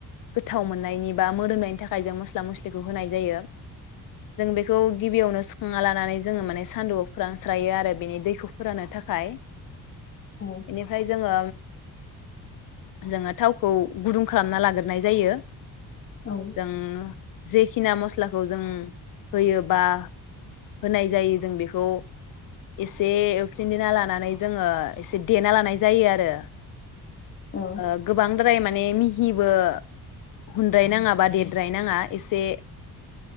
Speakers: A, on the left; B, on the left.
A: गोथाव मोननायनि बा मोदोमनायनि थाखाय जों मस्ला मस्लिखौ होनाय जायो जों बेखौ गिबियावनो सुखांना लानानै जोङो माने सान्दुआव फोरानस्रायो आरो बेनि दैखौ फोराननो थाखाय
B: उम
A: बेनिफ्राय जोङो जोङो थावखौ गुदुं खालामना लाग्रोनाय जायो
B: औ
A: जों जे खिना मस्लाखौ जों होयो बा होनाय जायो जों बेखौ एसे एवफिनना लानानै जोङो एसे देना लानाय जायो आरो
B: औ
A: ओ गोबां द्राय माने मिहिबो हुद्रायनाङा बा देरद्रायनाङा एसे